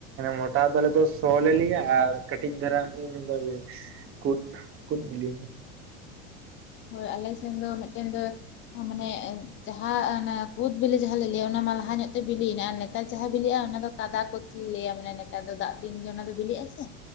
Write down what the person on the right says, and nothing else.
ᱢᱚᱴ ᱛᱟᱨ ᱫᱚ ᱟᱞᱮ ᱫᱚ ᱥᱚ ᱞᱮ ᱞᱟᱹᱭᱟ ᱟᱨ ᱠᱟᱹᱴᱤᱡ ᱫᱷᱟᱨᱟ-ᱟᱭ ᱫᱚ ᱚᱱᱟ ᱫᱚ ᱤᱭᱟᱹ ᱠᱩᱫᱽ᱾ ᱠᱩᱫᱽ ᱵᱤᱞᱤ᱾